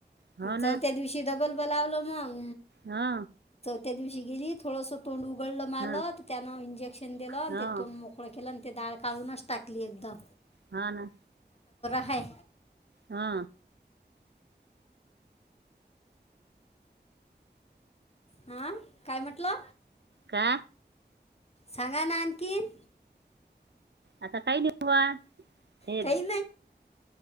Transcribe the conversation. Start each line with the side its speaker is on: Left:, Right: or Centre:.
Right: हो ना
Left: चौथ्या दिवशी डबल बलावल मग.
Right: हा.
Left: त्या दिवशी गेली, थोडंसं तोंड उघडलं, मारलं
Right: हा
Left: तर त्यानं इंजेक्शन दिलं, आणि
Right: हा
Left: ते तोंड मोकळं केलं. ते डाळ काढूनच टाकली एकदम.
Right: हा ना.
Left: काय.
Right: हा.
Left: हा काय म्हटलं.
Right: का.
Left: सांगना आण कन
Right: आता काय निघवा हे.
Left: काही